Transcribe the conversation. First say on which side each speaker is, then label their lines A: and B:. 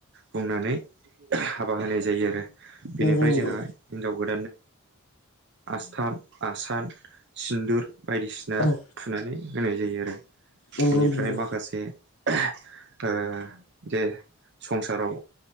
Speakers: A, on the right (about 50°); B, on the left (about 65°).
A: बुंनानै ओह हाबा होनाय जायो आरो बेनिफ्राय
B: नंगौ नंगौ
A: जोंहा हिनजाव गोद <unintelligible> ओ आस्थाम आसान सिन्दुर बायदिसिना
B: औ
A: नानै होनाय जायो आरो
B: नंगौ
A: बेनिफ्राय
B: नंगौ
A: माखासे ओह ओ जे संसाराव